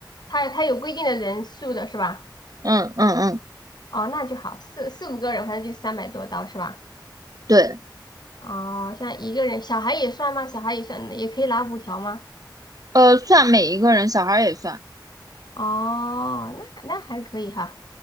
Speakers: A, on the left (about 60°); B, on the right (about 50°).
A: 他他有规定的人数的是吧？
B: 嗯嗯嗯，
A: 哦，那就好，四四五个人，反正就三百多刀是吧？
B: 对，
A: 哦，像一个人，小孩也算吗？小孩也算，也可以拿五条吗？
B: 呃，算每一个人，小孩儿也算。
A: 哦，那那还可以哈。